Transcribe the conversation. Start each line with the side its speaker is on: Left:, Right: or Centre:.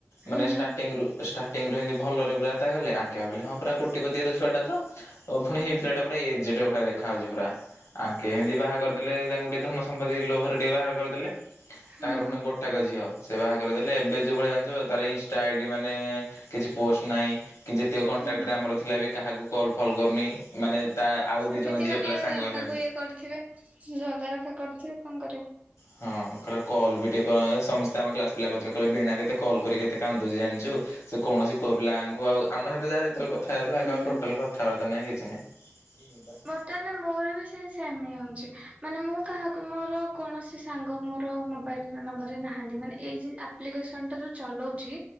Left: ମାନେ
Right: ହୁଁ ହୁଁ।
Left: ଷ୍ଟାର୍ଟିଂରୁ ଷ୍ଟାର୍ଟିଂରୁ ଏମତି ଭଲରେ ପୁରା ଏତା ଗଲେ ଆ ଖିଆ ବେଲେ ହଁ
Right: ହୁଁ
Left: ପୁରା କୋଟିପତି ଘର ଛୁଆଟା ତ ଓ
Right: ହଁ।
Left: ଫୁଣି ପିଲାଟା ପୁଣି ଏଜେଟ ଭଳିଆ ଦେଖା ହଉଛି ପୁରା। ଆଙ୍କେ ଏମିତି ବାହା କରିଦେଲେ ତାଙ୍କୁ ଟିକେ ଧନ ସମ୍ପତ୍ତି ଲୋଭରେ ଟିକେ ବାହାକରି ଦେଲେ ତାଙ୍କର
Right: ହୁଁ
Left: ପୁଣି ଗୋ ତାଙ୍କ ଝିଅ ସେ ବାହା କରିଦେଲେ ଏବେ ଯୋଉ ଭଳିଆ ଜାଣିଛ ତାର ଇନଷ୍ଟା ଆଇଡି ମାନେ କିଛି ପୋଷ୍ଟ ନାଇଁ କି ଯେତିକ କଣ୍ଟାକ୍ଟରେ
Right: ହୁଁ
Left: ଆମର ଥିଲା ବି କାହାକୁ କଲ୍ ଫଲ୍ କରୁନେଇ ମାନେ ତା ଆଉ
Right: ସେମିତି
Left: ଦି ଜଣ ଝିଅ
Right: ମାନେ
Left: ପିଲା ସାଙ୍ଗ ଗଲେଣି।
Right: ତାଙ୍କୁ ଇଏ କରିଥିବେ ଜଗା ରଖା କରିଥିବେ କଁ କରିବ
Left: ହଁ କଇଲେ କଲ ବି ଟିକେ କରୁନେଇ ସମସ୍ତେ ଆମ କ୍ଲାସ ପିଲା କଉଥିଲେ କଇଲେ ବେଣା କେତେ କଲ୍ କରେ କେତେ କାନ୍ଦୁଚି ଜାଣିଚୁ ସେ କୌଣସି ପୁଅ ପିଲାମାନଙ୍କୁ ଆଉ ଆମ ସାହିତ ଯାହା ଯେତେବେଳେ କଥା ହେଯାଉଥିଲା
Right: ହୁଁ
Left: ଏବେ ଆଉ
Right: ହୁଁ।
Left: ଟୋଟାଲ କ କଥାବାର୍ତ୍ତା ନାଇଁ କିଛି ନାଇଁ।
Right: ବର୍ତ୍ତମାନ ମୋର ବି ସେଇ ସେମ୍ ହିଁ ହଉଛି, ମାନେ ମୁଁ କାହାକୁ ମୋର କୌଣସି ସାଙ୍ଗ ମୋର ମୋବାଇଲ ନ ନମ୍ବରରେ ନାହାନ୍ତି। ମାନେ ଏଇ ଯ ଆପ୍ଲିକେସନ ଟା ଯୋଉ ଚଲଉଚି